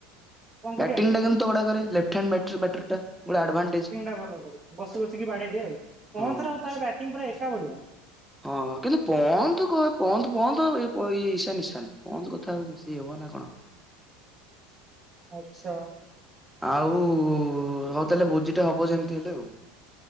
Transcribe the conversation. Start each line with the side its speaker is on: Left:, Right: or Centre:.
Right: କଣ କରିବା
Centre: ବ୍ୟାଟିଙ୍ଗଟା ତାଗଡା କରେ ଲେପ୍ଟେ ହ୍ୟାଣ୍ଡ ବ୍ୟାଟର ଟା ପୁଣି ଆଡଭାଟେଜ।
Right: ନା ଭଲ କରେ। ବସି ବସିକି ବାଡେଇଦିଏ
Centre: ହଁ।
Right: ପନ୍ଥ ର ଆଉ ତାର ବ୍ୟାଟିଂ ପୁରା ଏକା ଭଳିଆ।
Centre: ହଁଁ କିନ୍ତୁ ପନ୍ଥ ପନ୍ଥ ଇଶାନ ଇଶାନ। ପନ୍ଥ କଥା ଆଉ ମିଶେଇ ହେବ ନା କଣ।
Right: ଆଚ୍ଛା।
Centre: ଆଉ ହଉ ତାହେଲେ ଭୋଜିଟା ହବ ଯେମିତି ହେଲେ ଆଉ।